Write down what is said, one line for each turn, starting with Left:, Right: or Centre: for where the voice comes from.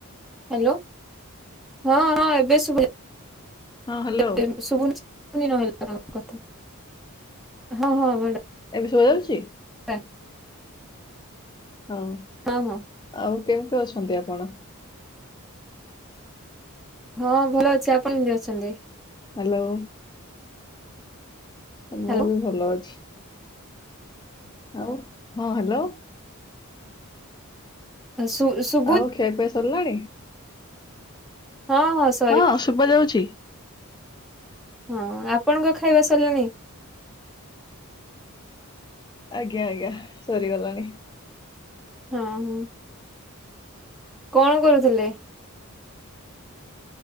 Centre: ହାଲୋ ହଁ ହଁ ଏବେ ଶୁଭା <inaudible>
Left: ହଁ ହ୍ୟାଲୋ
Centre: ଶୁଭୁଚି। ବୁନି ନହଲେ <inaudible> କଥା ହଁ ହଁ ମାଡ଼ା
Left: ଏବେ ଶୁଭା ଯାଉଚି?
Centre: ଆ
Left: ଆଉ
Centre: ହଁ ହଁ।
Left: ଆଉ କେମିତି ଅଛନ୍ତି ଆପଣ?
Centre: ହଁ ଭଲ ଅଛି ଆପଣ କେମତି ଅଛନ୍ତି?
Left: ହାଲୋ। ଅ ମୁଁ
Centre: ହ୍ୟାଲୋ
Left: ବି ଭଲଅଛି। ଆଉ ହଁ ହାଲୋ।
Centre: ଆ ଶୁ ଶୁ
Left: ଆଉ ଖିଆପିଆ ସରିଲାଣି?
Centre: ହଁ ହଁ ସ
Left: ହଁ ଶୁବା ଯାଉଛି।
Centre: ହଁ ଆପଣଙ୍କ ଖାଇବା ସରଲାଣି?
Left: ଆଜ୍ଞା ଆଜ୍ଞା ସରି ଗଲାଣି।
Centre: ହଁ ହଁ। କଣ କରୁଥୁଲେ?